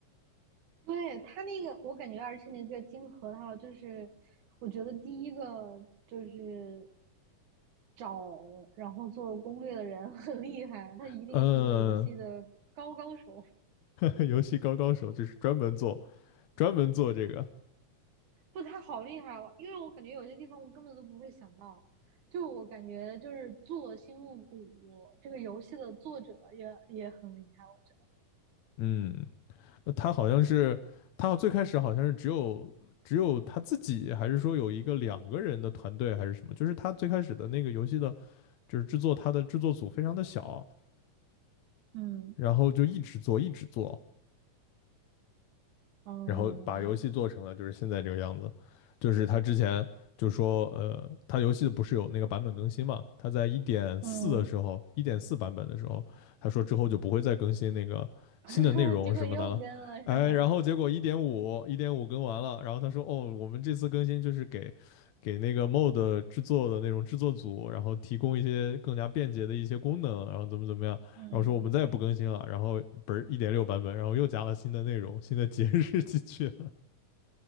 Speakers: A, on the right; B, on the left.
A: 对，它那个，我感觉而是那个金核桃，就是我觉得第一个就是找然后做攻略的人很厉害，他一定是一个游戏的高高手。
B: <laughs> 嗯，<laughs> 游戏高高手就是专门做专门做这个。
A: 不，他好厉害哦，因为我感觉有些地方我根本都不会想到。就我感觉，就是做《星露谷》这个游戏的作者也也很厉害，我觉
B: 嗯，呃他好像是他最开始好像是只有只有他自己，还是说有一个两个人的团队，还是什么？就是他最开始的那个游戏的，就是制作他的制作组非常的小，
A: 得。嗯
B: 然后就一直做一直做，
A: 嗯
B: 然后把游戏做成了就是现在这个样子。就是他之前就说，呃，他游戏的不是有那个版本更新嘛？他在一点四的时候，
A: 嗯，嗯
B: 一点四版本的时候，他说之后就不会再更新那个新的内容什么的了。
A: 嗯 <laughs> 结果又跟了是吗？
B: 哎，然后结果一点五，一点五更完了，然后他说，哦，我们这次更新就是给给那个 mod e 制作的那种制作组，然后提供一些更加便捷的一些功能，然后怎么怎么样，
A: 嗯，
B: 然后说我们再也不更新了，然后不是一点六版本，然后又加了新的内容、新的节日进去了。